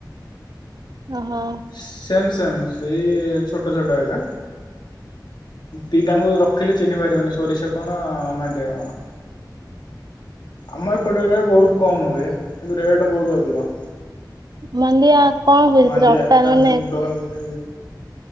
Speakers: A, on the right; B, on the left.
A: ଓହୋ
B: ସେମ୍ ସେମ୍ ସେଇ ଛୋଟ ଛୋଟ ଏଗା। ଦିଟାଙ୍କୁ ରଖିଲେ ଚିହ୍ନି ପାରିବନି। ସୋରିଷ କଣ ମାଣ୍ଡିଆ କଣ ଆମ ଏପଟ ଏରିଆରେ ବହୁତ କମ୍ ହୁଏ କିନ୍ତୁ ରେଟ୍ ବହୁତୁ ଅଧିକ।
A: ମଣ୍ଡିଆ କଣ ହୁଏ
B: ମାଣ୍ଡିଆ
A: ଅଟା ମାନେ
B: ଗୁଣ୍ଡ ହଉଛି